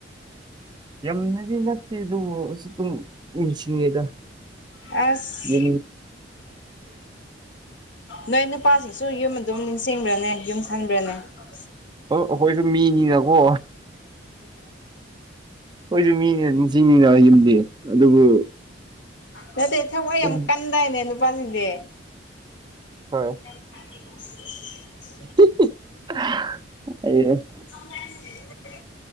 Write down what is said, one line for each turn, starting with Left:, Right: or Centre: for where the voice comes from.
Right: ꯌꯥꯝꯅꯗꯤ ꯅꯠꯇꯦ ꯑꯗꯨꯕꯨ ꯑꯗꯨꯝ ꯎꯁꯤꯉꯦꯗ
Left: ꯑꯁ
Right: ꯌ
Left: ꯅꯣꯏ ꯅꯨꯄꯥꯁꯤꯡꯁꯨ ꯌꯨꯝ ꯑꯗꯨꯝ ꯅꯤꯡꯁꯤꯡꯕ꯭ꯔꯅꯦ ꯌꯨꯝ ꯊꯟꯕ꯭ꯔꯅꯦ UNINTELLIGIBLE
Right: ꯑ ꯑꯩꯈꯣꯏꯁꯨ ꯃꯤꯅꯤꯅꯀꯣ ꯍꯣꯏꯁꯨ ꯃꯤꯅꯤꯅ ꯅꯤꯡꯁꯤꯡꯅꯤꯅ ꯌꯨꯝꯗꯦ ꯑꯗꯨꯕꯨ
Left: ꯅꯠꯇꯦ ꯊꯕꯋꯥꯏ ꯌꯥꯝ
Right: ꯏꯟ
Left: ꯀꯟꯗꯥ ꯅꯦ ꯅꯨꯄꯥꯁꯤꯡꯗꯤ
Right: ꯍꯣꯏ
Left: UNINTELLIGIBLE
Right: UNINTELLIGIBLE
Left: UNINTELLIGIBLE